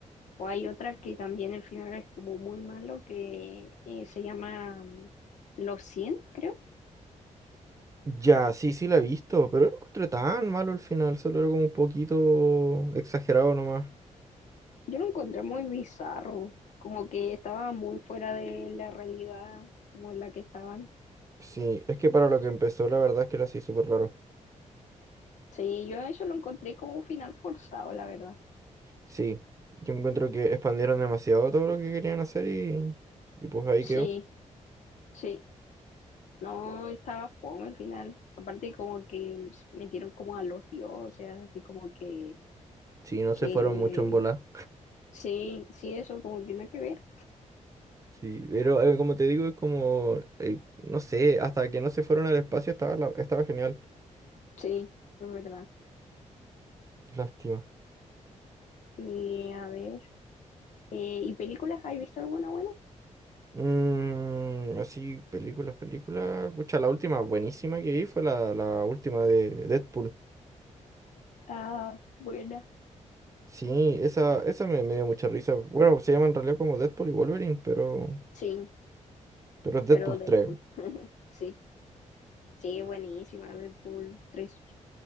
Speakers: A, on the left; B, on the right.
A: O hay otra que también el final es como muy malo, que eh, se llama mm, Los cien creo.
B: Ya, sí, sí la he visto, pero no lo encontré tan malo al final, solo era como un poquito exagerado nomás.
A: Yo lo encontré muy bizarro, como que estaba muy fuera de la realidad como la que estaban.
B: Sí, es que para lo que empezó, la verdad es que era así súper raro.
A: Sí, yo eso lo encontré como un final forzado, la verdad.
B: Sí, yo encuentro que expandieron demasiado todo lo que querían hacer y, y pues ahí
A: Sí,
B: quedó.
A: sí, no estaba fome el final. Aparte como que metieron como a los dioses, así como que,
B: Sí, no se
A: que
B: fueron mucho en volar.
A: sí, sí, eso como que nada que ver.
B: Sí, pero eh, como te digo, es como, eh, no sé, hasta que no se fueron al espacio estaba, la- estaba genial.
A: Sí, es verdad.
B: Lástima.
A: Y a ver. Eh, ¿y películas? ¿Has visto alguna buena?
B: Mm, así, películas, películas. Pucha, la última buenísima que vi fue la, la última de Deadpool.
A: Ah, buena.
B: Sí, esa, esa me, me dio mucha risa. Bueno, se llama en realidad como Deadpool y Wolverine, pero,
A: Sí,
B: pero es Deadpool
A: pero Deadpool.
B: tres.
A: <laughs> Sí, sí, es buenísima Deadpool tres,